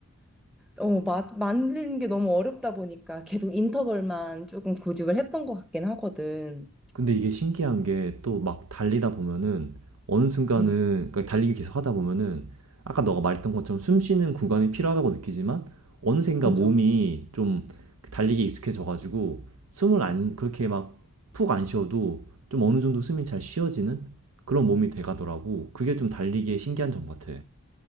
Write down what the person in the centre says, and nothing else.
어, 마, 만드는 게 너무 어렵다 보니까 계속 인터벌만 조금 고집을 했던 것 같긴 하거든.
응,
맞아.